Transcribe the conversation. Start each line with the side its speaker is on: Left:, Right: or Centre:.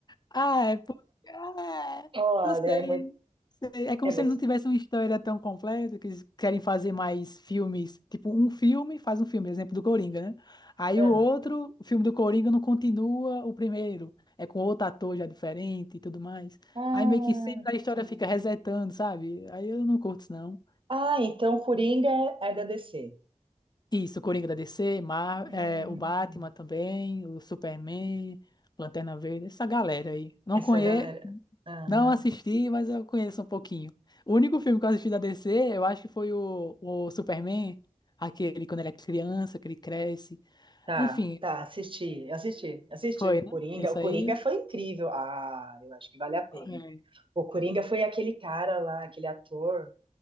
Left: Ah, é porque. ah, é,
Right: Olha,
Left: não sei.
Right: é muito,
Left: sei. É como
Right: é
Left: se
Right: muito.
Left: ele não tivesse uma história tão completa, que eles querem fazer mais filmes. Tipo, um filme faz um filme, exemplo do Coringa, né? Aí
Right: Ah,
Left: o outro, o filme do Coringa não continua o primeiro. É com outro ator já diferente e tudo mais.
Right: ah,
Left: Aí meio que sempre a história
Right: sim.
Left: fica resetando, sabe? Aí eu não curto isso, não.
Right: Ah, então Coringa é é da DC.
Left: Isso, o Coringa da DC, Mar
Right: Hum.
Left: é, o Batman também, o Superman, Lanterna Verde, essa galera aí. Não
Right: Essa
Left: conheço,
Right: galera. Aham.
Left: não assisti, mas eu conheço um pouquinho. O único filme que eu assisti da DC, eu acho que foi o, o Superman, aquele quando ele é criança, que ele cresce.
Right: Tá,
Left: Enfim,
Right: tá, assisti, assisti, assisti
Left: foi,
Right: o
Left: né?
Right: Coringa.
Left: Esse
Right: O Coringa
Left: aí.
Right: foi incrível. Ah, eu acho que vale a pena.
Left: é,
Right: O Coringa foi aquele cara lá, aquele ator